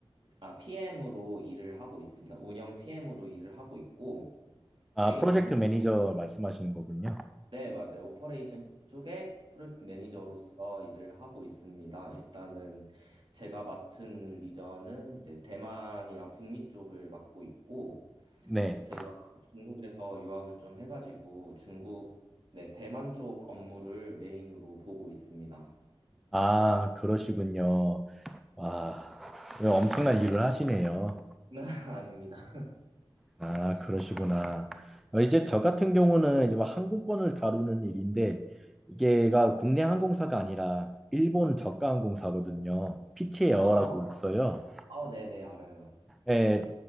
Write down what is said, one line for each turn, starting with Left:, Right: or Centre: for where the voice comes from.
Right: 아, PM으로 일을 하고 있습니다. 운영 PM으로 일을 하고 있고,
Centre: 아,
Right: 메인
Centre: 프로젝트
Right: 업무
Centre: 매니저 말씀하시는 거군요.
Right: 네, 맞아요. 오퍼레이션 쪽에 프로젝트 매니저로서 일을 하고 있습니다. 일단은 제가 맡은 리전은 이제 대만이랑 북미 쪽을 맡고 있고,
Centre: 네.
Right: 제가 중국에서 유학을 좀 해가지고 중국, 네, 대만 쪽 업무를 메인으로 보고 있습니다.
Centre: 아, 그러시군요. 와, 엄청난 일을 하시네요.
Right: <laughs> 아닙니다.
Centre: 아, 그러시구나. 어, 이제 저 같은 경우는 이제 뭐 항공권을 다루는 일인데 이게가 국내 항공사가 아니라 일본 저가 항공사거든요. 피치 에어라고
Right: 아,
Centre: 있어요.
Right: 아, 네네, 알아요.
Centre: 예,